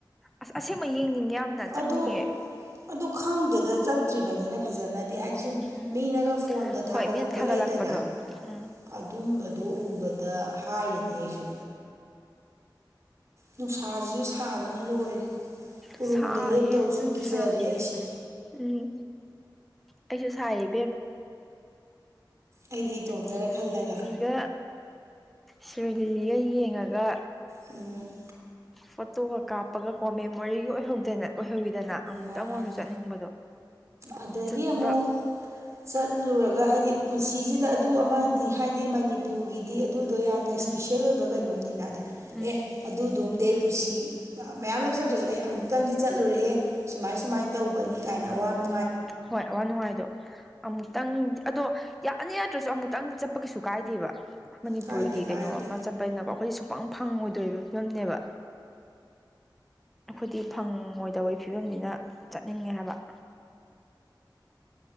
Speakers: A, in the centre; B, on the right (about 40°).
A: ꯑꯁ ꯑꯁꯦꯡꯕ ꯌꯦꯡꯅꯤꯡꯉ ꯌꯥꯝꯅ ꯆꯠꯅꯤꯡꯉꯦ
B: ꯑꯗꯣ ꯑꯗꯣ ꯈꯪꯗꯦꯗ ꯆꯠꯇ꯭ꯔꯤꯕꯅꯤꯅ ꯐꯖꯅꯗꯤ ꯍꯥꯏꯗꯤ ꯁꯨꯝ
A: ꯎꯝ
B: ꯃꯤꯅꯒ ꯐꯣꯟꯗ ꯊꯥꯒꯠꯂꯛꯄ
A: ꯍꯣꯏ ꯃꯤꯅ ꯊꯥꯒꯠꯂꯛꯄꯗꯣ
B: ꯂꯩꯗꯅ
A: ꯎꯝ
B: ꯑꯗꯨꯝꯕꯗꯣ ꯎꯕꯗ ꯍꯥꯏꯔꯤꯅꯦ ꯑꯩꯁꯨ ꯅꯨꯡꯁꯥꯁꯤꯁꯨ ꯁꯥꯕꯅ ꯂꯣꯏꯔꯦ ꯎꯔꯨꯝꯗ
A: ꯁꯥꯏꯌꯦ
B: ꯂꯦꯞꯇꯕꯁꯨ
A: ꯅꯨꯡꯁꯥ
B: ꯀꯤꯖꯔꯦ ꯑꯩꯁꯦ
A: ꯎꯝ ꯑꯩꯁꯨ ꯁꯥꯏ ꯏꯕꯦꯝꯃꯥ
B: ꯑꯩꯗꯤ ꯏꯇꯣꯝꯇꯔ
A: ꯁꯤꯔꯣꯏ
B: ꯈꯜꯂꯒ
A: ꯂꯤꯂꯤꯒ ꯁꯣꯏ ꯂꯤꯂꯤꯒ ꯌꯦꯡꯉꯒ
B: ꯎꯝ
A: ꯐꯣꯇꯣꯒ ꯀꯥꯞꯄꯒ ꯀꯣ ꯃꯦꯃꯣꯔꯤꯒꯤ ꯑꯣꯏꯍꯧꯗꯅ ꯑꯣꯏꯍꯧꯋꯤꯗꯅ ꯑꯃꯨꯛꯇꯪ
B: ꯃꯥꯅꯦ
A: ꯑꯣꯏꯔꯁꯨ ꯆꯠꯅꯤꯡꯕꯗꯣ
B: ꯑꯗꯒꯤ
A: ꯆꯠꯄ
B: ꯑꯃꯨꯛ ꯆꯠꯂꯨꯔꯒ ꯍꯥꯏꯗꯤ ꯄꯨꯟꯁꯤꯁꯤꯗ ꯑꯗꯨ ꯑꯃꯗꯤ ꯍꯥꯏꯗꯤ ꯃꯅꯤ ꯃꯄꯨꯔꯒꯤꯗꯤ ꯑꯗꯨꯗꯣ ꯌꯥꯝꯅ
A: ꯎꯝ
B: ꯏꯁꯄꯤꯁꯦꯜ ꯑꯣꯏꯕ ꯀꯩꯅꯣꯝꯅꯤꯅ ꯑꯗ
A: ꯎꯝ
B: ꯑꯦ ꯑꯗꯨꯗꯣꯝꯗꯤ ꯑꯩ ꯄꯨꯟꯁꯤ ꯃꯌꯥꯝ ꯂꯛꯆꯗ꯭ꯔꯁꯨ ꯑꯩ ꯑꯃꯨꯛꯇꯪꯗꯤ ꯆꯠꯂꯨꯔꯦꯍꯦ ꯁꯨꯃꯥꯏ ꯁꯨꯃꯥꯏꯅ ꯇꯧꯕꯅꯤ ꯀꯥꯏꯅ ꯑꯋꯥ ꯅꯨꯡ
A: ꯍꯣꯏ ꯑꯋꯥ ꯅꯨꯡꯉꯥꯏꯗꯣ ꯑꯃꯨꯛꯇꯪ ꯑꯗꯣ ꯌꯥꯅꯤ ꯅꯠꯇ꯭ꯔꯥꯁꯨ ꯑꯃꯨꯛꯇꯪꯗꯤ ꯆꯠꯄ ꯀꯩꯁꯨ ꯀꯥꯏꯗꯦꯕ ꯃꯅꯤꯄꯨꯔꯒꯤ
B: ꯀꯥꯏꯗꯦ
A: ꯀꯩꯅꯣꯝ
B: ꯀꯥꯏꯗꯦ
A: ꯑꯃ ꯆꯠ ꯀꯩꯅꯕ ꯑꯩꯈꯣꯏꯗꯤ ꯁꯨꯡꯛꯄꯪ ꯐꯪꯉꯣꯏꯗꯣꯏꯔꯤꯕ ꯐꯤꯕꯝꯅꯦꯕ ꯑꯩꯈꯣꯏꯗꯤ ꯐꯪꯉꯣꯏꯗꯕꯒꯤ ꯐꯤꯕꯝꯅꯤꯅ ꯆꯠꯅꯤꯡꯉꯦ ꯍꯥꯏꯕ